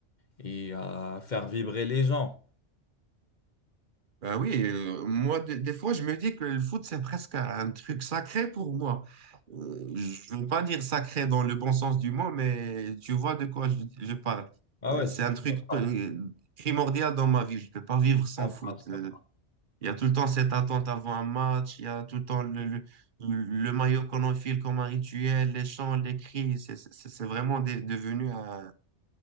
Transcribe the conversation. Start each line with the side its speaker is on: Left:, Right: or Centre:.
Left: et à faire vibrer les gens.
Right: Ben oui, euh, moi, des, des fois, je me dis que le foot, c'est presque un truc sacré pour moi. Euh, je veux pas dire sacré dans le bon sens du mot, mais tu vois de quoi je, je parle.
Left: Ah
Right: Euh,
Left: ouais,
Right: c'est
Left: je je
Right: un truc
Left: comprends,
Right: euh, primordial dans ma vie. Je peux pas vivre sans
Left: je comprends,
Right: foot.
Left: je
Right: Euh,
Left: comprends.
Right: Il y a tout le temps cette attente avant un match. Il y a tout le temps le, le, le maillot qu'on enfile comme un rituel, les chants, les cris. C'est c'est- c'est vraiment de- devenu un-